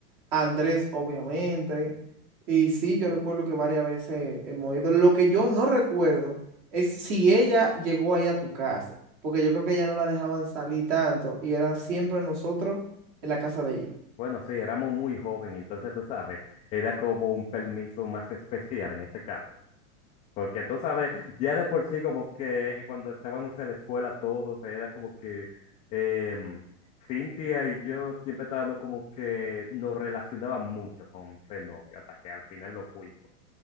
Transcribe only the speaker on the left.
Bueno, sí, éramos muy jóvenes, entonces tú sabes, era como un permiso más especial en ese caso. Porque tú sabes, ya de por sí como que cuando estábamos en la escuela todos, era como que em, Cintia y yo siempre estábamos como que nos relacionaban mucho con ser novio, hasta que al final lo fuimos.